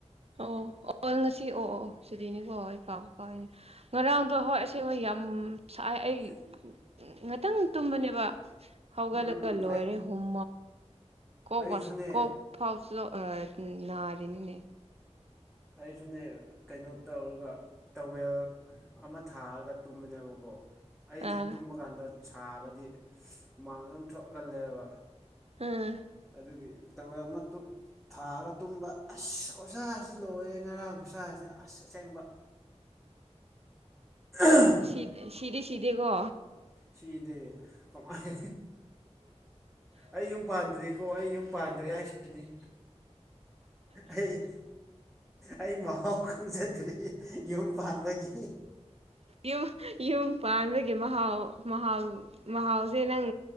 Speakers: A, on the right (about 60°); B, in the centre.
A: ꯑꯣ ꯑꯣ ꯉꯁꯤ ꯑꯣ ꯑꯣ ꯁꯨꯗꯤꯅꯤꯀꯣ ꯑꯩ ꯀꯥꯎ ꯀꯥꯎꯏꯅꯦ ꯉꯔꯥꯡꯗꯣ ꯑꯍꯣꯏ ꯑꯁꯦꯡ ꯍꯣꯏ ꯌꯥꯝ ꯥꯏ ꯑꯩ ꯉꯥꯛꯇꯪ ꯇꯨꯝꯕꯅꯦꯕ ꯍꯧꯒꯠꯂꯒ
B: ꯎꯝ
A: ꯂꯣꯏꯔꯦ
B: ꯑꯩ
A: ꯍꯨꯝ ꯀꯣ
B: ꯑꯩꯁꯨꯅꯦ
A: ꯀꯣ ꯐꯥꯎꯁꯨ ꯅꯥꯔꯅꯤꯅꯦ
B: ꯑꯩꯁꯨꯅꯦ ꯀꯩꯅꯣ ꯇꯧꯔꯒ ꯇꯧꯋꯦꯜ ꯑꯃ ꯊꯥꯔꯒ ꯇꯨꯝꯕꯅꯦꯕꯀꯣ ꯑꯩꯗꯤ
A: ꯑꯥ
B: ꯇꯨꯝꯕ ꯀꯥꯟꯗ ꯁꯥꯔꯗꯤ ꯍꯨꯃꯥꯡ ꯑꯗꯨꯝ ꯊꯣꯛꯍꯜꯂꯦꯕ
A: ꯑꯥ
B: UNINTELLIGIBLE ꯊꯥꯛꯑꯒ ꯇꯨꯝꯕ ꯑꯁ ꯈꯨꯠꯁꯥꯁꯤ ꯂꯣꯏꯔꯦ ꯉꯔꯥꯡ ꯈꯨꯠꯁꯥꯁꯤ ꯑꯁ ꯑꯁꯦꯡꯕ ꯑ
A: ꯁꯤ ꯁꯤꯗꯦ ꯁꯤꯗꯦꯀꯣ
B: ꯁꯤꯗ ꯀꯃꯥꯏ ꯑꯩ ꯌꯨꯝ ꯄꯥꯟꯗ꯭ꯔꯤꯀꯣ ꯑꯩ ꯌꯨꯝ ꯄꯥꯟꯗ꯭ꯔꯦ ꯍꯥꯏꯁꯤꯅꯤ ꯑꯩ ꯑꯩ ꯃꯍꯥꯎ ꯈꯪꯖꯗ꯭ꯔꯤ ꯌꯨꯝ ꯄꯥꯟꯕꯒꯤ
A: ꯌꯨꯝ ꯌꯨꯝ ꯄꯥꯟꯕꯒꯤ ꯃꯍꯥꯎ ꯃꯍꯥꯎ ꯃꯍꯥꯎꯁꯦ ꯅꯪ